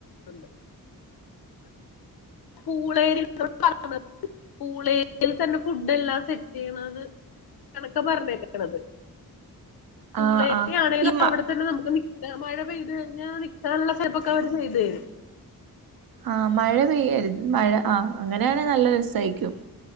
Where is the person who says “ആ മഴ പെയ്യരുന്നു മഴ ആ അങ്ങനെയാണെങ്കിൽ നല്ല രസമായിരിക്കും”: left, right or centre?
Right